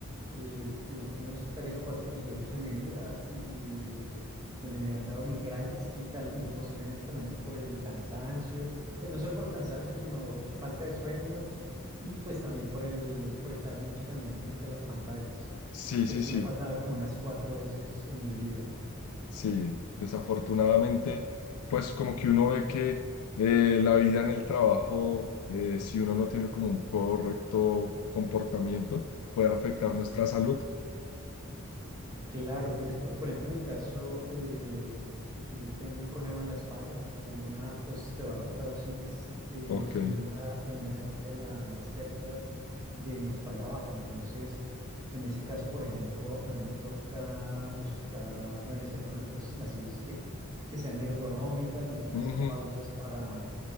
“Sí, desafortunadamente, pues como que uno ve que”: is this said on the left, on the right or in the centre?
Left